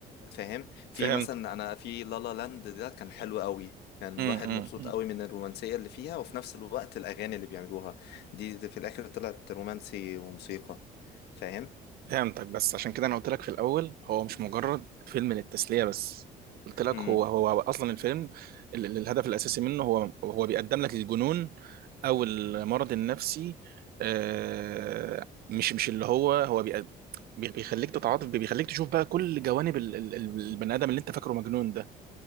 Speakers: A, on the left (about 75°); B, on the right (about 65°).
A: فاهم
B: فهمت
A: في مثلا انا في لالا لاند ده كان حلو قوي كان الواحد
B: مم، مم،
A: مبسوط
B: مم.
A: قوي من الرومانسيه اللي فيها وفي نفس الوقت الاغاني اللي بيعملوها دي دي في الاخر طلعت رومانسي وموسيقى فاهم
B: فهمتك بس عشان كده انا قلت لك في الاول هو مش مجرد فيلم للتسليه بس قلت لك
A: امم
B: هو هو هو اصلا الفيلم ال- ال- الهدف الاساسي منه هو هو بيقدم لك الجنون او المرض النفسي آه، مش مش اللي هو هو بيقد- بي- بيخليك تتعاطف بيخليك تشوف بقى كل جوانب ال- ال- ال- البني ادم اللي انت فاكره مجنون ده